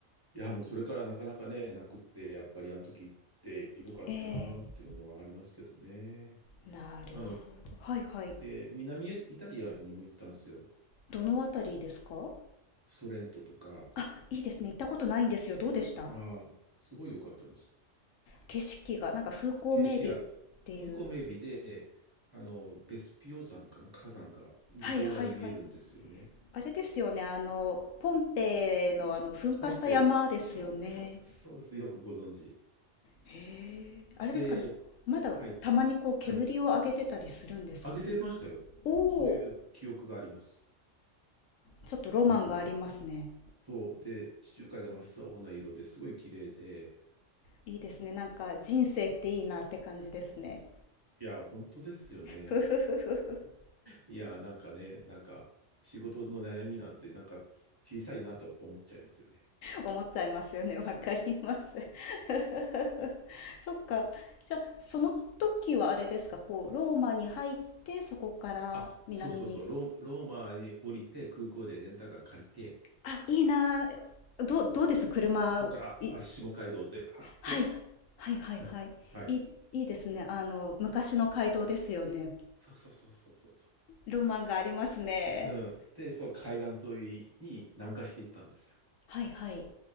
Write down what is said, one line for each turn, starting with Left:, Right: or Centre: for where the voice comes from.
Right: いや、もうそれからなかなかね、なくって、やっぱりあの時行ってよかったなっていうのはありますけどね。
Left: ええ。なるほど。
Right: あの、
Left: はいはい。
Right: で、南イタリアにも行ったんですよ。
Left: どのあたりですか
Right: ソレントとか。
Left: あ、いいですね。行ったことないんですよ。どうでした
Right: ああ、すごい良かったです。
Left: 景色が、なんか風光明媚っていう。
Right: 景色が、風光明媚で、あの、ベスピオ山かな、火山が向こう側に見えるんですよね。
Left: はいはいはい。あれですよね。あの、ポンペイのあの、噴火した山ですよね。
Right: ポンペイです。そう、そうです、そうです。よくご存知。
Left: へえ。あれですかね。
Right: で、
Left: まだたまにこう煙を上げてたりするんですかね。
Right: はい、はい。あげてましたよ。
Left: おお、
Right: そういう記憶があります。
Left: ちょっとロマンがありますね。
Right: うん。そう。で、地中海が真っ青な色ですごい綺麗で、
Left: いいですね。なんか人生っていいなって感じですね。
Right: いや、本当ですよね。
Left: <laughs> ふふふふ。
Right: いや、なんかね、なんか、仕事の悩みなんて、なんか、小さいなと思っちゃいますよね。
Left: 思っちゃいますよね。<laughs> わかります。<laughs> そっか。じゃあ、その時はあれですか、こう、ローマに入って、そこから南に。
Right: あ、そうそうそう、ロー、ローマに降りて、空港でレンタカー借りて、
Left: あ、いいなあ。どう、どうです車、
Right: そこから、
Left: い、
Right: あ、あ下街道で、あ、
Left: はい、
Right: え、
Left: はい、はい、
Right: うん、
Left: はい。
Right: はい。
Left: いい、いいですね。あの、昔の街道ですよね。
Right: そうそうそうそうそうそ
Left: ロマンがありますね。
Right: う。うん。で、そう、海岸沿いに南下していったんですよ。
Left: はい、はい。